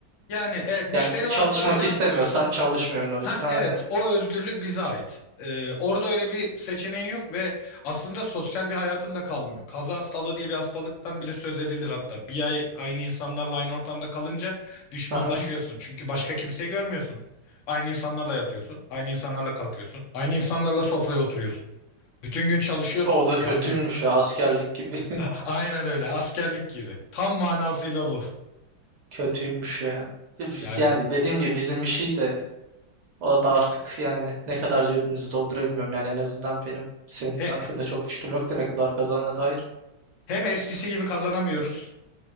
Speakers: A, on the left; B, on the right.
A: yani evet müşteri
B: Yani çalışmak
A: varsa yapmıyorsun.
B: istemiyorsan çalışmıyorsun o
A: Ha
B: gün aynı.
A: evet o özgürlük bize ait. Ee, orada öyle bir seçeneğin yok ve aslında sosyal bir hayatın da kalmıyor. Kaza hastalığı diye bir hastalıktan bile söz edilir hatta. Bir ay aynı insanlarla aynı ortamda kalınca düşmanlaşıyorsun.
B: Aha.
A: Çünkü başka kimseyi görmüyorsun. Aynı insanlarla yatıyorsun, aynı insanlarla kalkıyorsun, aynı insanlarla sofraya oturuyorsun. Bütün gün çalışıyorsun.
B: O da kötüymüş
A: Yani
B: ya askerlik gibi.
A: <laughs> aynen öyle askerlik gibi. Tam manasıyla bu.
B: <laughs> Kötüymüş ya. Biz
A: Yani
B: yani dediğim gibi bizim işi de Orada artık yani ne kadar cebimizi doldurabilmiyorum. Yani en azından benim senin
A: he-
B: hakkında çok fikrim yok da ne kadar kazandığına dair.
A: hem eskisi gibi kazanamıyoruz.